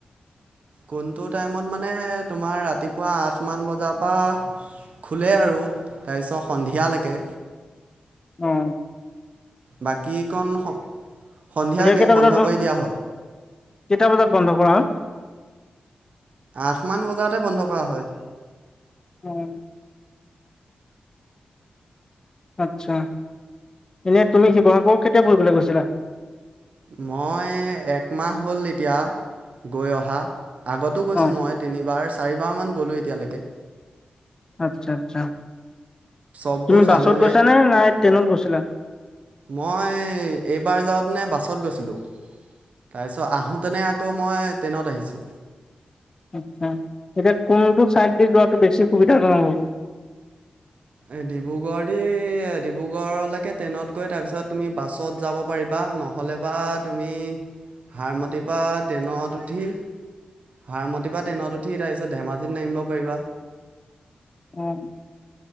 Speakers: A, on the right; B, on the left.
A: কোনটো টাইমত মানে তোমাৰ ৰাতিপুৱা আঠ মান বজাৰ পৰা খোলে আৰু তাৰপিছত সন্ধিয়ালৈকে।
B: উম।
A: বাকীকণ, সন্ধিয়া
B: কেইটা
A: গেট বন্ধ
B: বজাত
A: কৰি দিয়া হয়।
B: কেইটা বজাত বন্ধ কৰা হয়?
A: আঠমান বজাতে বন্ধ কৰা হয়।
B: উম। আচ্ছা, এনে তুমি শিৱসাগৰ কেতিয়া ফুৰিবলৈ গৈছিলা?
A: মই একমাহ হ'ল এতিয়া গৈ, অহা আগতো গৈছো
B: অ
A: মই তিনিবাৰ চাৰিবাৰ মান গলো এতিয়ালৈকে।
B: আচ্ছা আচ্ছা,
A: চববোৰ
B: তুমি বাছত
A: চালোঁগৈ
B: গৈছানে নাই ট্ৰেনত গৈছিলা?
A: মই এইবাৰ যাওঁতেনে বাছত গৈছিলোঁ, তাৰপিছত আহোঁতেনে আকৌ মই ট্ৰেনত আহিছোঁ।
B: আচছা, এতিয়া কোনটো চাইড দি যোৱাটো বেছি সুবিধাজনক হ'ব?
A: এ ডিব্ৰুগড় দি ডিব্ৰুগড়লৈকে ট্ৰেইনত গৈ তাৰপিছত তুমি বাছত যাব পাৰিবা। নহ'লে বা তুমি, হাৰমতিৰ পৰা ট্ৰেনত উঠি হাৰমতিৰ পৰা ট্ৰেনত উঠি তাৰপিছত ধেমাজিত নামিব পাৰিবা।
B: অ'।